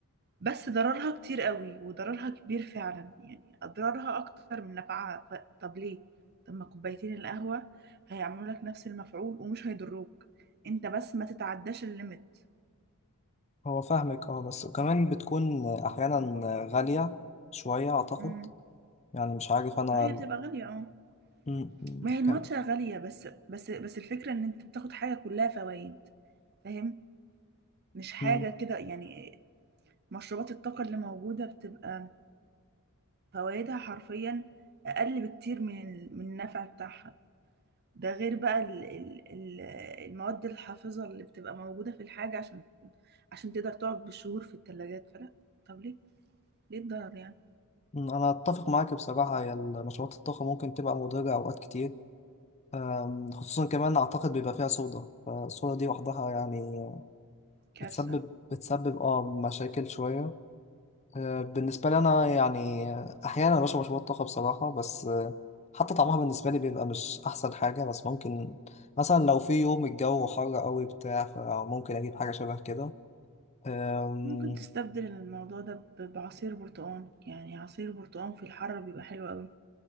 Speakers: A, on the right; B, on the left.
A: بس ضررها كتير قوي وضررها كبير فعلا يعني اضرارها اكتر من نفعها ف... طب ليه طب ما كوبايتين القهوة هيعملوا لك نفس المفعول ومش هيضروك انت بس ما تتعداش الليميت
B: هو فاهمك اه بس كمان بتكون احيانا غالية شوية اعتقد
A: امم
B: يعني مش عارف انا
A: هي بتبقى غالية اه
B: م- م-
A: ما هي الماتشا
B: كان
A: غالية بس بس بس الفكرة ان انت بتاخد حاجة كلها فوائد فاهم مش حاجة
B: م-
A: كده يعني مشروبات الطاقة اللي موجودة بتبقى فوائدها حرفيا اقل بكتير من من النفع بتاعها ده غير بقى ال ال ال المواد الحافظة اللي بتبقى موجودة في الحاجة عشان عشان تقدر تقعد بالشهور في التلاجات فلا طب ليه ليه الضرر يعني
B: م- انا اتفق معاك بصراحة هي مشروبات الطاقة ممكن تبقى مضرة اوقات كتير أم، خصوصا كمان اعتقد بيبقى فيها صودا فالصودا دي وحدها يعني
A: كارثة
B: بتسبب بتسبب اه مشاكل شوية آه، بالنسبة لي أنا يعني أحيانا بشرب مشروبات طاقة بصراحة بس آه، حتى طعمها بالنسبة لي بيبقى مش أحسن حاجة بس ممكن مثلا لو في يوم الجو حر قوي بتاع فممكن أجيب حاجة شبه كده أم،
A: ممكن تستبدل الموضوع ده ب- بعصير برتقال يعني عصير برتقال في الحر بيبقى حلو قوي